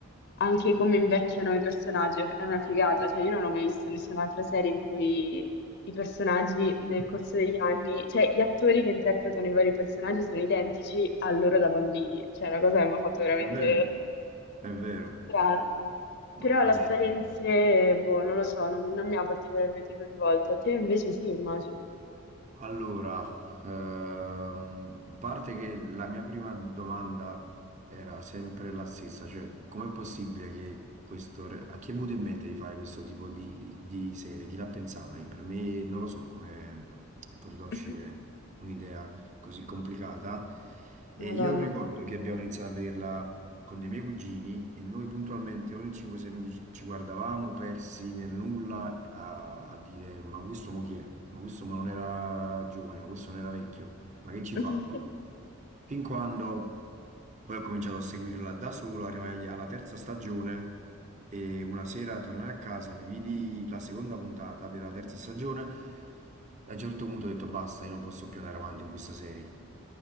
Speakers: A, on the left; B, on the right.
A: anche come invecchiano i personaggi, è una figata, cioè io non ho mai visto nessun'altra serie in cui i personaggi
B: <laughs>
A: nel corso degli anni, cioè gli attori che interpretano i vari personaggi sono identici a loro da bambini, cioè è una cosa che mi ha fatto veramente
B: È vero, è vero.
A: strano.
B: No,
A: Però la
B: eh,
A: storia in sé, boh, non lo so, non, non mi ha particolarmente coinvolto. Te invece sì, immagino.
B: allora, ehm, a parte che la mia prima domanda era sempre la stessa, cioè com'è possibile che questo... re- A chi è venuto in mente di fare questo tipo di, di serie? Chi l'ha pensata? Che per me non lo so come è potuta uscire
A: <laughs>
B: un'idea così complicata. E
A: Madonna.
B: io ricordo che abbiamo iniziato a vederla con dei miei cugini e noi puntualmente ogni 5-6 minuti ci ci guardavamo persi nel nulla a, a dire ma questo mo chi è? Ma questo mo non era giovane, ma questo non era vecchio, ma che ci
A: <laughs>
B: fa qua? Fin quando poi ho cominciato a seguirla da solo, arrivai alla terza stagione e una sera tornai a casa, mi vidi la seconda puntata della terza stagione e a un certo punto ho detto basta, io non posso più andare avanti con questa serie.